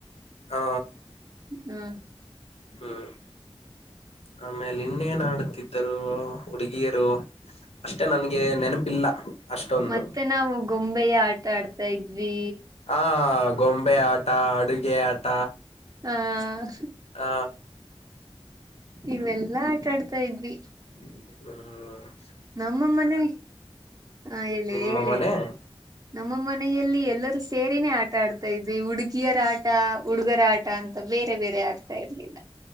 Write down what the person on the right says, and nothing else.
ಹಾ
ಮತ್ತೆ ನಾವು ಗೊಂಬೆಯ ಆಟ ಆಡ್ತಾ ಇದ್ವಿ
ಆ
ಇವೆಲ್ಲಾ ಆಟ ಆಡ್ತಾ ಇದ್ವಿ
ನಮ್ಮ ಮನೆ ಹ ಹೇಳಿ
ಹೇಳಿ
ಹೇಳಿ ನಮ್ಮ ಮನೆಯಲ್ಲಿ ಎಲ್ಲರೂ ಸೇರಿನೇ ಆಟ ಆಡ್ತಾ ಇದ್ವಿ ಹುಡುಗಿ ಹುಡುಗಿಯರ ಆಟ ಹುಡುಗರ ಆಟ ಅಂತ ಬೇರೆ ಬೇರೆ ಆಡ್ತಾ ಇರ್ಲಿಲ್ಲ